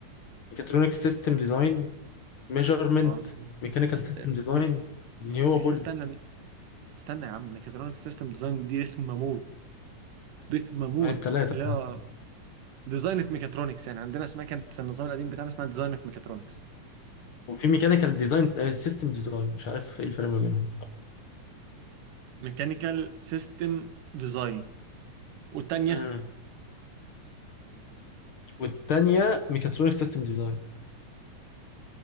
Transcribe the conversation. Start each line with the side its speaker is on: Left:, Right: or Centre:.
Left: ميكاترونكس سيستم ديزاين ميجرمنت
Right: اه
Left: ميكانيكال سيستم
Right: ميك...
Left: ديزاين رينيوبل
Right: ميك... استنى ميك... استنى يا عم ميكاترونكس سيستم ديزاين دي رخمه موت رخمه موت
Left: ما هي بتلاتة
Right: لا ديزاين في ميكاترونكس يعني عندنا اسمها كانت في النظام القديم بتاعنا اسمها ديزاين في ميكاترونكس
Left: وفي ميكانيكال ديزاين سيستم ديزاين مش عارف ايه الفرق ما بينهم
Right: ميكانيكال سيستم ديزاين والتانية
Left: امم والتانية ميكاترونيك سيستم ديزاين